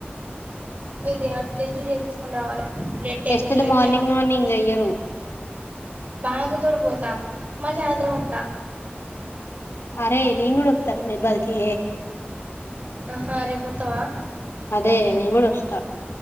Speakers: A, on the right (about 40°); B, on the left (about 85°).
A: ఇది టెస్టులు చేపిచ్చుకొని రావాలి బ్లడ్ టెస్ట్
B: టెస్టులు
A: వ హెచ్చైవి
B: మార్నింగ్ మార్నింగ్ చెయ్యరు
A: బానక్క తోటి పోతా మళ్ళీ సాయంత్రం వత్తా
B: అరేయ్ నేన్ గూడా వత్తరా మైబాద్ కీ
A: ఆహా రేపోత్తవా
B: అదే నేన్ గూడా వస్తా